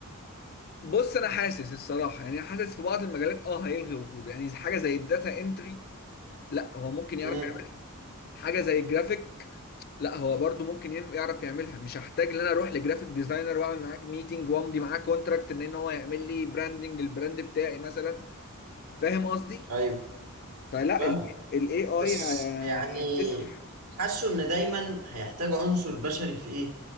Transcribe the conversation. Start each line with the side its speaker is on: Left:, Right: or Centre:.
Left: بص أنا حاسس الصراحة يعني حاسس في بعض المجالات أه هيلغي وجوده يعني حاجة زي الداتا انتري لا هو ممكن يعرف
Right: امم
Left: حاجه زي الجرافيك لا هو برضو ممكن يم- يعرف يعملها مش هحتاج ان انا اروح لجرافيك ديزاينر واعمل معاك ميتنج وامضي معاه كونتراكت ان ان هو يعمل لي براندنج للبراند بتاعي مثلا فاهم قصدي
Right: ايوه
Left: فلا
Right: فاهمك
Left: الاي اي
Right: بس
Left: هيكتسح
Right: يعني حاسه ان دايما هيحتاج عنصر بشري في ايه